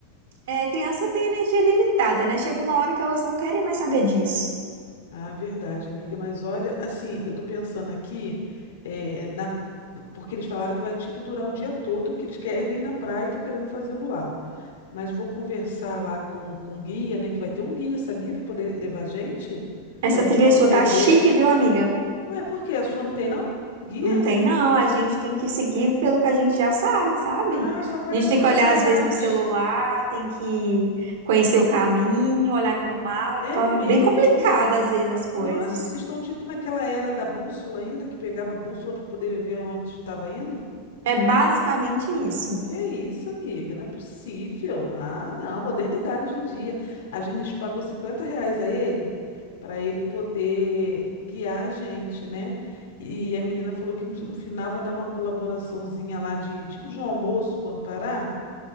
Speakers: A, on the right; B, on the left.
A: É, criança tem energia limitada, né? Chega uma hora que elas não querem mais saber disso.
B: Ah, verdade, amiga. Mas olha, assim, eu tô pensando aqui, eh, na... porque eles falaram que vai, tipo, durar o dia todo, que eles querem ir na praia e estão querendo fazer luau. Mas vou conversar lá com, com o guia, né? Que vai ter um guia, sabia? Pra poder levar a gente?
A: Essa
B: Pra gente
A: trilha
B: não
A: sua
B: se perder.
A: tá chique, viu, amiga?
B: Ué, por quê? A sua não tem, não? Guia?
A: Não tem, não. A gente tem que seguir pelo que a gente já sabe, sabe?
B: Ah, só pagar
A: A gente
B: cinquenta
A: tem que olhar,
B: reais.
A: às vezes, no celular, tem que conhecer o caminho, olhar no mapa.
B: É mesmo?
A: Bem complicado, às vezes, as coisas.
B: Nossa, vocês estão tipo naquela era da bússola ainda, que pegava a bússola para poder ver onde estava indo?
A: É basicamente isso.
B: Que isso, amiga? Não é possível. Ah, não, modernidade hoje em dia. A gente pagou 50 reais a ele para ele poder guiar a gente, né? E a menina falou que no no final vai dar uma colaboraçãozinha lá de tipo de um almoço quando parar